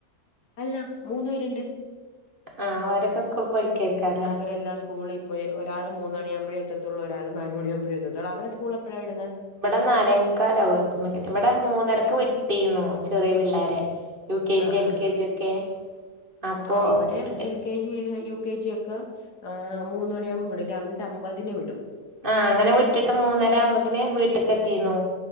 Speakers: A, on the left; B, on the right.
A: അല്ല മൂന്ന് പേരുണ്ട്
B: ആഹ് ഓരൊക്കെ സ് പൊയ്‌ക്കെകാരം
A: അവരെല്ലാം സ്കൂളി പ്പൊ ഒരാള് മൂന്നണിയാകുമ്പോഴേ എത്ത ത്തുള്ളൂ ഒരാള് നാല് മണിയാകുമ്പഴേ എത്തത്തുള്ളൂ അവിടെ സ്കൂളപ്പോഴാ വിടുന്നെ?
B: വിടെ നാലേ മുക്കാലാവു എത്തുമ്പക്കെന്നെ ഇവിടെ മൂന്നരക്ക് വി ട്ടീന്നു ചെറിയ പിള്ളേരെ യു കെ
A: ആഹ്
B: ജി എൽ
A: ആഹ്
B: കെ ജി ഒക്കെ അപ്പൊ
A: ആഹ് ഇവിടെ
B: മറ്റേ
A: L K G U K G ഒക്കെ ആഹ് മൂന്ന് മണിയാവുമ്പ വിട രണ്ടമ്പതിന് വിടും
B: ആഹ് അങ്ങനെ വിട്ടിട്ട് മൂന്നേര ആകു മ്പക്കിന് വീട്ടിക്ക് എത്തിന്നു